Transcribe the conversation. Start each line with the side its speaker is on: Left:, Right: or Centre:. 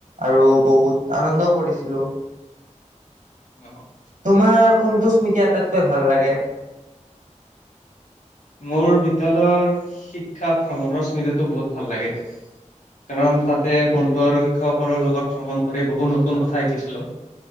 Right: আৰু বহুত আনন্দ কৰিছিলো।
Left: অহ ',
Right: তোমাৰ কোনটো স্মৃতি আটাইতকৈ ভাল লাগে।
Left: মোৰ বিদ্যালয়ৰ শিক্ষা ভ্ৰমণৰ স্মৃতিতটো বহুত ভাল লাগে। কাৰণ তাতে বন্ধু আৰু শিক্ষকসকলৰ লগত ভ্ৰমণ কৰি বহুত নতুন কথা শিকিছিলো।